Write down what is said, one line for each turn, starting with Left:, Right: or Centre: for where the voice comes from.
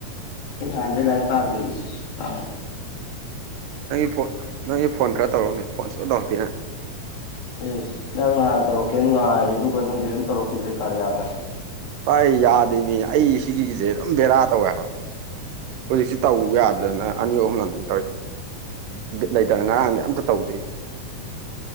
Left: ꯌꯥꯗ ꯂꯥꯏꯄꯥ ꯑꯥꯗꯁ ꯑ
Right: ꯅꯪꯒꯤ ꯐꯣꯟ ꯅꯪꯒꯤ ꯐꯣꯟ ꯈꯔ ꯇꯧꯔꯛꯎꯅꯦ ꯐꯣꯟ ꯁ ꯇꯧꯔꯛꯇꯦꯅ
Left: ꯑꯦꯁ ꯅꯪ ꯉꯥꯟ ꯇꯧꯔꯛꯀꯦꯅ ꯉꯥꯏꯌꯦ ꯑꯗꯨꯒ ꯅꯪꯗꯤ ꯑꯗꯨꯝ ꯇꯧꯔꯛꯈꯤꯗ꯭ꯔꯦ ꯀꯥꯔꯤꯌꯥꯗ
Right: ꯑꯩꯥꯏ ꯌꯥꯗꯦ ꯃꯤ ꯑꯩ ꯁꯤꯒꯤꯒꯤꯁꯦ ꯑꯗꯨꯝ ꯕꯦꯔꯥ ꯇꯧꯋꯦꯕ ꯍꯧꯖꯤꯛꯁꯤ ꯇꯧ ꯌꯥꯗꯦꯅ ꯑꯅꯤ ꯑꯍꯨꯝ ꯂ ꯇꯧ ꯂꯩꯇꯅ ꯉꯔꯥꯡꯗꯤ ꯑꯝꯇ ꯇꯧꯗꯦ